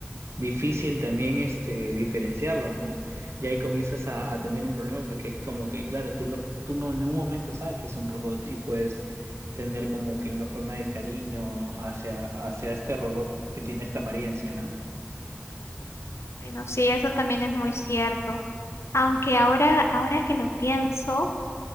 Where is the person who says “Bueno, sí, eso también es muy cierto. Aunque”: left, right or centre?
Left